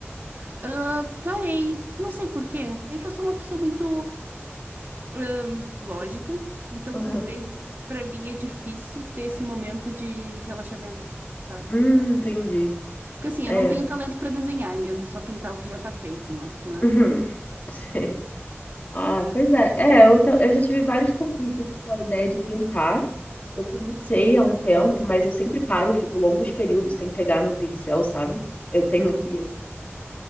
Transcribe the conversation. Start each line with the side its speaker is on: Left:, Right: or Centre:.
Right: Ah, parei, não sei por quê. É que eu sou uma pessoa muito ahn, lógica, então
Left: Aham.
Right: por vezes pra mim é difícil ter esse momento de relaxamento, sabe?
Left: Hum, entendi.
Right: Porque assim,
Left: É.
Right: eu não tenho talento
Left: <laughs>
Right: pra desenhar, é mesmo só pintar o que já tá feito, não é? Mas.
Left: Uhum. Sei. Ah, pois é. É, eu, ta- eu já tive vários conflitos com a ideia de pintar. Eu comecei há um tempo, mas eu sempre paro, eu fico longos períodos sem pegar num pincel, sabe? Eu tenho
Right: Uhum,
Left: aqui